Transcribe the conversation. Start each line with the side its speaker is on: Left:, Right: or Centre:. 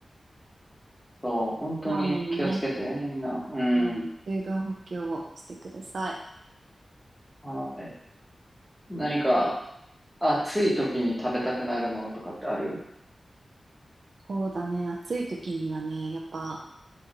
Centre: そう、本当に気をつけて、
Right: こまめなね、
Centre: みんな。うん。
Right: うん、水分補給をしてください。
Centre: はい。何か、暑い時に食べたくなるものとかってある
Right: そうだね、暑い時にはね、やっぱ、